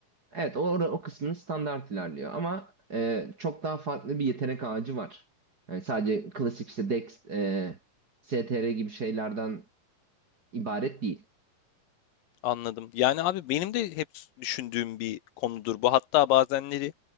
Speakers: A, on the right; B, on the left.
A: Evet o, o kısmını standart ilerliyor. Ama e, çok daha farklı bir yetenek ağacı var. Yani sadece klasik işte Dex, e, STR gibi şeylerden ibaret değil.
B: Anladım. Yani abi benim de hep düşündüğüm bir konudur bu. Hatta bazenleri